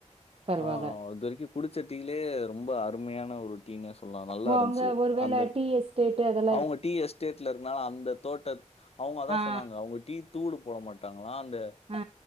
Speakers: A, on the right (about 50°); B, on the left (about 55°).
A: பரவால்ல.
B: ஆ இது வரிக்கு குடிச்ச டீ லே ரொம்ப அருமையான ஒரு டீ ன்னே சொல்லா நல்லா
A: ஓ
B: இருன்ச்சு
A: அங்க ஒருவேள
B: அந்த
A: டீ எஸ்டேட்டு அதெல்
B: அவுங்க டீ எஸ்டேட்லருக்கனால அந்த தோட்டத் அவுங்க அதா
A: ஆ,
B: சொன்னாங்க அவுங்க டீ தூளு போட மாட்டாங்ளா அந்த
A: ஆ.